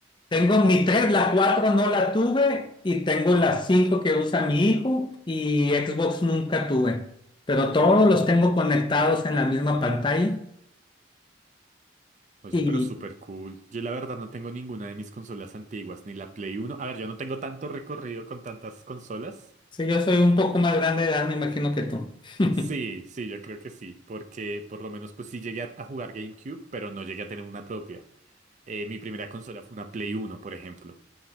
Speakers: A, on the left (about 25°); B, on the right (about 40°).
A: tengo mi 3, la 4 no la tuve y tengo la 5 que usa mi hijo y Xbox nunca tuve, pero todos los tengo conectados en la misma pantalla
B: <laughs> Oye,
A: y
B: pero súper cool. Yo la verdad no tengo ninguna de mis consolas antiguas, ni la Play Uno. A ver, yo no tengo tanto recorrido con tantas consolas.
A: si yo soy un poco más grande de edad, me imagino que tú. <laughs>
B: Sí, sí, yo creo que sí, porque por lo menos pues sí llegué a, a jugar GameCube, pero no llegué a tener una propia. Eh, mi primera consola fue una Play Uno, por ejemplo.